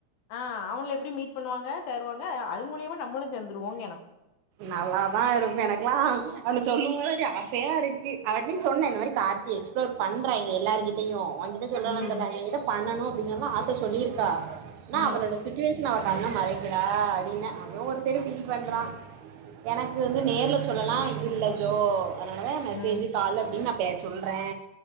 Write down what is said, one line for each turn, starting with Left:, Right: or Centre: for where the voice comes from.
Left: ஆ அவங்கள எப்டி மீட் பண்ணுவாங்க சேருவாங்க அது மூலியமா நம்மளு சேந்துருவோங்க நா
Right: நல்லாதா இருக்கு எனக்கெல்லா அவன சொல்லும்போது அப்டி ஆசையா இருக்கு அவர்கிட்டையு சொன்னே இந்த மாரி கார்த்தி எக்ஸ்ப்ளோர் பண்றா எங்க எல்லார்கிட்டையு அவங்கிட்ட சொல்றானானு
Left: ம்
Right: தெரில ஆனா எங்கிட்ட பண்ணணு அப்டினெல்லா ஆச சொல்லிருக்கா ஆனா
Left: ம்
Right: அவளோட சுட்டுவேஷன் அவ கண்ண மறைக்கிறா அப்டின்னே அவ ஒரு சைடு ஃபீல் பண்றா எனக்கு வந்து நேர்ல சொல்லலா
Left: ம் ம்
Right: இது இல்ல ஜோ அதனாலதா மெசேஜ்ஜு
Left: ம்
Right: கால் அப்டின்னு நா பே சொல்றே